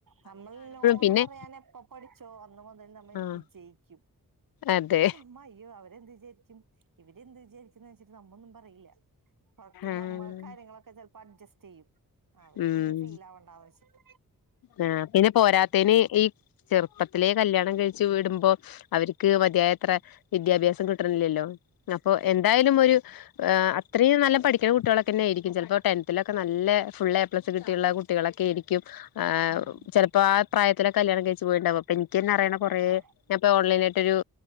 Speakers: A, on the right; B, on the left.
A: നമ്മൾ നോന്ന്
B: പിന്നെ
A: പറയാൻ എപ്പ പഠിച്ചോ ന്ന തന്നെ നമ്മെ
B: ആഹ്
A: വിജയിക്കും
B: അതെ
A: അമ്മയ്യോ അവരെന്ത് വിചാരിക്കും ഇവര്ന്ത് വിചാരിക്കുന്നന്ന് വെച്ചിട്ട് നമ്മളൊന്നും പറയില്ല ഉറക്ക
B: ആഹ്
A: നമ്മ കാര്യങ്ങളൊക്കെ ചെലപ്പോ അഡ്ജസ്റ്റ് ചെയ്യും അവർക്കിനി
B: ഉം
A: ഫീൽ ആവണ്ടാന്ന് വെച്ചിട്ട്
B: ആ പിന്നെ പോരാത്തേന് ഈ ചെറുപ്പത്തിലെ കല്യാണം കഴിച്ചു വിടുമ്പോ അവർക്ക് മതിയായത്ര വിദ്യാഭ്യാസം കിട്ടണില്ലല്ലോ അപ്പോ എന്തായാലും ഒരു അത്രയും നല്ല പഠിക്കുന്ന കുട്ടികളൊക്കെന്നെ ആയിരിക്കും ചിലപ്പോ ടെൻത്തിലക്കെ നല്ല ഫുള് എ പ്ലസ് കിട്ടിയുള്ള കുട്ടികളൊക്കെയിരിക്കും ആ
A: ഉം
B: ചിലപ്പോ ആ പ്രായത്തി ഇത്ര കല്യാണം കഴിച്ചു പോയിണ്ടാവും അപ്പ എനിക്ക്ന്നെ അറിയണം കുറേ
A: ആ
B: ഞാപ്പൊ ഓൺലൈൻ ആയിട്ട് ഒരു